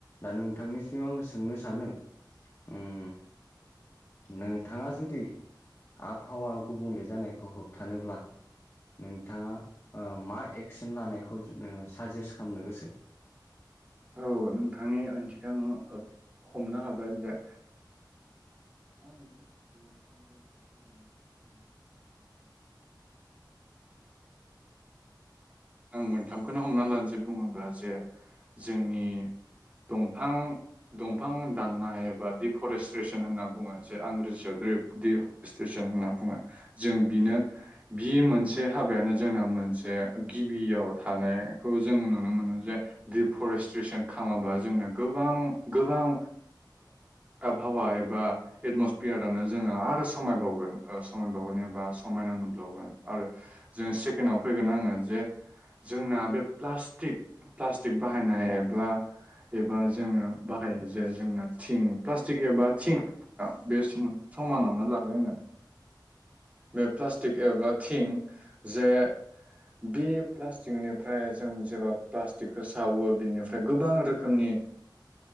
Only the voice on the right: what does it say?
औ नोंथांनि ओंथिखौ आं हमनो हाबाय जे। आव जे आबहावाफ्राव गुबुले। ! <inaudible> आं मोनथामखौनो हमना लानोसै बुङोबा जे। जोंनि दंफां। दंफां दाननाय एबा दिडिफ'रेस्ट्रेसन होनना बुङो जे आं रेजियाव्रि दिप। स्टुेसन होनना बुङो जों बिनो। बे मोनसे हाबायानो जोंना मोनसे गिबियाव थानायखौ जों नुनो मोनो जे। दिफरेस्ट्रेसन खालामाबा जोंनो गोबां गोबां। आबहावा एबा। एटमसफियारानो जोंङो आरो समायबावगोन एबा समायना नुबावगोन आरो। जों सेकेणडआव फैगोन आङो जे जोंना बे प्लास्टिक प्लास्टिक। बाहायनाय एब्ला। एबा जोंङो बाहेर जे जोंना थिं प्लास्टिक एबा थिं। बे समानावनो लाबाय आङो। बे प्लास्टिक एबा थिं जे। बे प्लास्टिकनिफ्राय जों जेब्ला प्लास्टिकखौ। सावो बिनिफ्राय गोबां रोखोमनि।